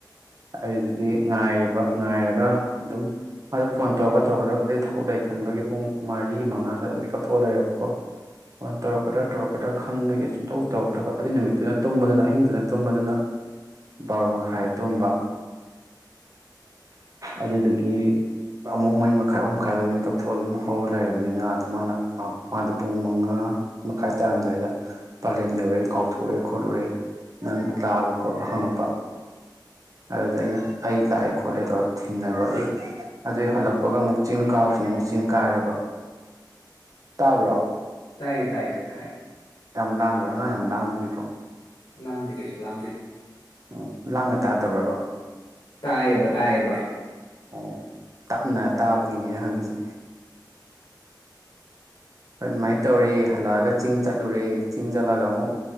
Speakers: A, on the right; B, on the left.
A: ꯑꯗꯨꯗꯨꯗꯒꯤ ꯉꯥꯏꯔꯤꯕ ꯉꯥꯏꯔꯒ ꯑꯗꯨꯝ ꯃꯥꯗ ꯐꯣꯟ ꯇꯧꯔꯒ ꯑꯩꯗꯤ ꯊꯕꯛ ꯂꯩ ꯈꯟꯕꯒꯤ ꯄꯨꯡ ꯃꯔꯤ ꯃꯉꯥꯁꯨꯋꯥ ꯑꯗꯨꯝ ꯃꯤ ꯀꯥꯊꯣꯛꯑ ꯂꯩꯔꯕꯀꯣ ꯑꯗꯨ ꯇꯧꯔꯛꯀꯗ꯭ꯔꯥ ꯇꯧꯔꯛꯀꯗ꯭ꯔꯥ ꯈꯟꯕꯒꯤ ꯁꯨꯡꯇꯧ ꯇꯧꯔꯛꯇ꯭ꯔꯕ ꯑꯗꯨ ꯅꯨꯃꯤꯠꯇꯨꯅ ꯇꯨꯝꯕꯗꯨꯅ ꯑꯍꯤꯡꯗꯨꯅ ꯇꯨꯝꯕꯗꯨꯅ ꯕꯥꯔ ꯃꯈꯥꯏ ꯇꯨꯝꯕ ꯑꯗꯨꯗꯒꯤ ꯑꯃꯛ ꯃꯩ ꯃꯈꯥꯏ ꯑꯍꯨꯝ ꯃꯈꯥꯏꯗ ꯑꯗꯨꯝ ꯀꯥꯞꯊꯣꯛꯑ ꯑꯗꯨꯝ ꯍꯧꯔ ꯂꯩꯔꯕꯅꯤꯅ ꯑꯗꯨ ꯃꯥꯅ ꯃꯥꯗꯣ ꯄꯨꯡ ꯃꯉꯥ ꯃꯈꯥꯏ ꯇꯥꯔꯝꯗꯥꯏꯗ ꯄꯂꯦꯟ ꯌꯧꯔꯛꯑꯦ ꯀꯥꯎꯊꯣꯛꯑꯦ ꯈꯣꯠꯂꯨꯔꯦ ꯅꯪ ꯂꯥꯛꯑꯕ ꯈꯣꯠꯂꯕ ꯍꯪꯉꯛꯄ ꯑꯗꯨꯗ ꯑꯩꯅ ꯑꯩ ꯂꯥꯛꯑꯦ ꯈꯣꯠꯂꯦ ꯇꯧꯔ ꯊꯦꯡꯅꯕ ꯑꯗꯨꯩ ꯑꯗꯨꯏ ꯍꯜꯂꯛꯄꯒ ꯑꯃꯨꯛ ꯆꯤꯡ ꯀꯥꯎꯁꯤꯅ ꯑꯃꯨꯛ ꯆꯤꯡ ꯀꯥꯔꯦꯕ ꯇꯥꯕ꯭ꯔꯣ
B: ꯇꯥꯏꯌꯦ ꯇꯥꯏꯌꯦ ꯍꯥꯏ
A: ꯌꯥꯝ ꯂꯥꯡꯕ꯭ꯔꯥ ꯑꯉꯥꯡ ꯌꯥꯝ ꯂꯥꯡꯕꯒꯤꯀꯣ
B: ꯂꯥꯎꯗ ꯀꯩꯁꯨ ꯂꯥꯎꯗ
A: ꯎꯝ ꯂꯥꯡꯅ ꯇꯥꯗꯕ꯭ꯔꯕ
B: ꯇꯌꯦꯕ ꯇꯌꯦꯕ
A: ꯑꯣ ꯇꯞꯅ ꯇꯥꯕꯒꯤꯅꯦꯅ ꯍꯪꯉꯤꯁꯦ ꯑꯗꯨꯃꯥꯏꯅ ꯇꯧꯔꯤ ꯍꯜꯂꯛꯑꯒ ꯆꯤꯡ ꯆꯠꯂꯨꯔꯦ ꯆꯤꯡ ꯆꯠꯂꯒ ꯑꯃꯨꯛ